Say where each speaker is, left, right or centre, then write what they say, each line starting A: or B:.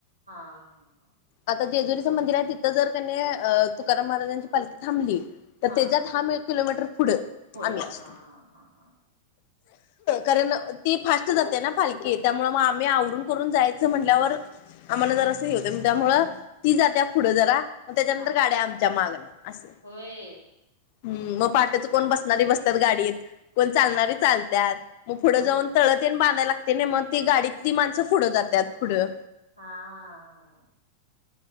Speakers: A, on the left (about 85°); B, on the left (about 50°).
A: हां, हां,
B: आता जेजुरीचं मंदिर आहे तिथं जर कणी अ तुकाराम महाराजांची पालखी थांबली. तर
A: हां,
B: तेच्या
A: हां.
B: दहा किलोमीटर पुढे
A: पुढं.
B: आम्ही असतो.
A: हां, हां, हां,
B: कारण ती फास्ट जाते ना पालकी त्यामुळे मग मी आवरून करून जायचं म्हटल्यावर आम्हाला जर असं घेवतं त्यामुळं ती जात्या पुढं जरा मग त्याच्यानंतर
A: हां.
B: गाड्या आमच्या मागन अस.
A: होय.
B: हम् मग पहाटच कोण बसणारी बसतात गाडीत कोण चालणारी
A: हां,
B: चालतात मग पुढं
A: होय.
B: जाऊन तळ तेन बांधाय लागते नाही मग ती गाडीतली माणसं पुढं जातात पुढं
A: हा.